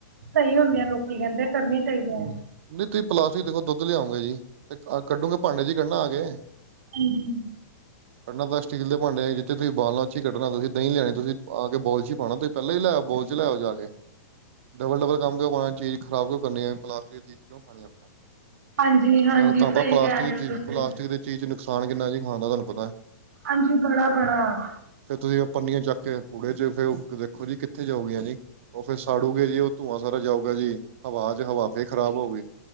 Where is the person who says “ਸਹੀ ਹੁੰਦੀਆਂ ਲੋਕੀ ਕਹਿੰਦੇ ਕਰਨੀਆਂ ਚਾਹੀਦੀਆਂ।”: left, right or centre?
Right